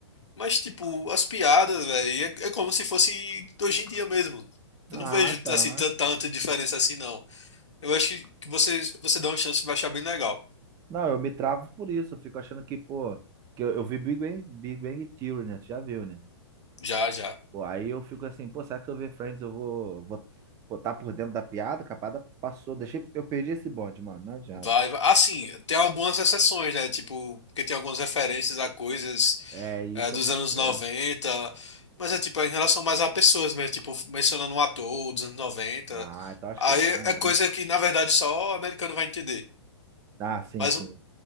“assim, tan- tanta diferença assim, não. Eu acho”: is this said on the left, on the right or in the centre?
Left